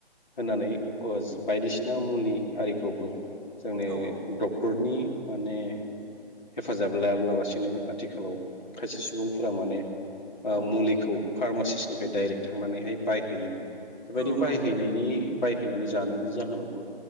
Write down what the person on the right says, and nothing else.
औ औ
औ
औ
नंगौ